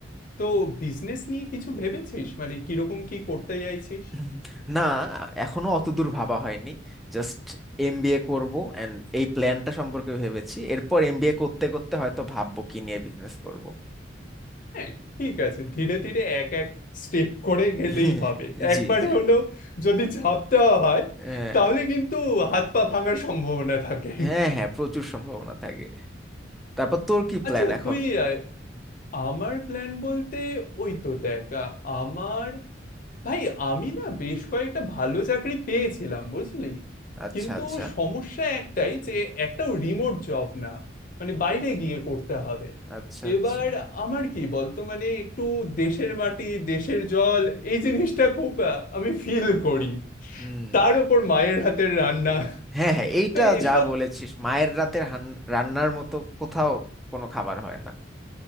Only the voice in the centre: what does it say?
হুম, না এখনো অত দূর ভাবা হয়নি জাস্ট এমবিএ করব এন্ড এই প্ল্যানটা সম্পর্কে ভেবেছি এরপর এমবিএ করতে করতে হয়তো ভাববো কি নিয়ে বিজনেস করব
<laughs>
জি
জি
আহ,
হ্যাঁ হ্যাঁ প্রচুর সম্ভাবনা থাকে তারপর তোর কি প্ল্যান
এখন
আচ্ছা
আচ্ছা
আচ্ছা আচ্ছা
হুম
হ্যাঁ হ্যাঁ এইটা
যা বলেছিস মায়ের রাতের হান- রান্নার মতো কোথাও কোনো খাবার হয় না